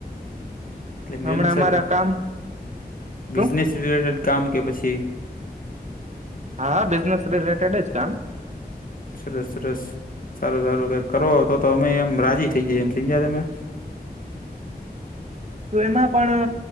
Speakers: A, on the left; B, on the right.
A: એટલે
B: હમણાં
A: મિલન
B: અમારા
A: સર
B: કામ
A: બિઝનેસ
B: શું
A: રિલેટેડ કામ કે પછી,
B: હા હા બિઝનેસ રિલેટેડ જ કામ,
A: સરસ સરસ સારું સારું કઈક કરો તો અમે રાજી થઈ ગઈ એમ સમજ્યા તમે.,
B: તો એમાં પણ